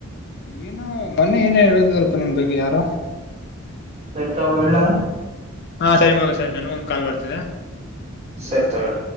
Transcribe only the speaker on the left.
ಏನೋ ಮನೆ ಏನ ಹೇಳುದವರ್ಪ್ಪ ನಿಮ್ ಬಗ್ಗೆ ಯಾರೋ...
ಹಾ ಸರಿ ಮಗ ಸರಿ ನನ್ಗ ಒಂದ ಕಾ ಬರ್ತದೆ...